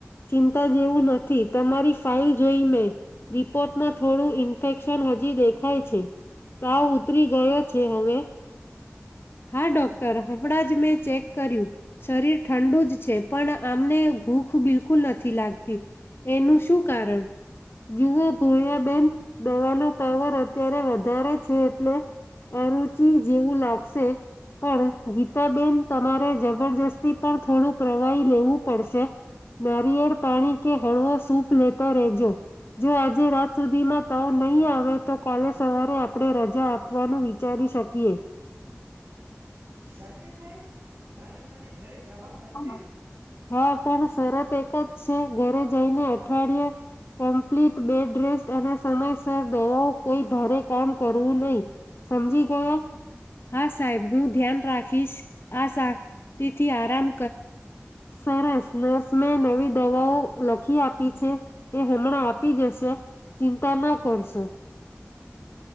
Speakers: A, on the left; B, on the right.
A: ચિંતા જેવું નથી તમારી ફાઇલ જોઈ મેં રિપોર્ટમાં થોડું ઈન્ફેક્શન હજી દેખાય છે તાવ ઉતરી ગયો છે હવે હા ડૉક્ટર હમણાં જ મેં ચેક કર્યું શરીર ઠંડુ જ છે પણ આમને ભૂખ બિલકુલ નથી લાગતી એનું શું કારણ જુઓ ભોરયાબેન દવાનો પાવર અત્યારે વધારે વધારે છે એટલે અરુચિ જેવું લાગશે પણ ગીતાબેન તમારે જબરજસ્તી પર થોડું પ્રવાહી લેવું પડશે નારિયેળ પાણી કે હળવો સૂપ લેતા રેજો જો આજે રાત સુધીમાં તાવ નહી આવે તો કાલે સવારે આપણે રજા આપવાનું વિચારી શકીએ
B: સાચે સાહેબ કાલે મને ઘરે જવા મળશે
A: હા હા પણ શરત એક જ છે ઘરે જઈને અઠવાડિયાે કમ્પ્લીટ બેડ રેસ્ટ અને સમયસર દવાઓ કોઈ ભારે કામ કરવું નહી સમજી ગયો હા સાહેબ હું ધ્યાન રાખીશ આ તેથી આરામ સરસ નર્સ નવી દવાઓ લખી આપી છે એ હમણાં આપી જશે ચિંતા ના કરશો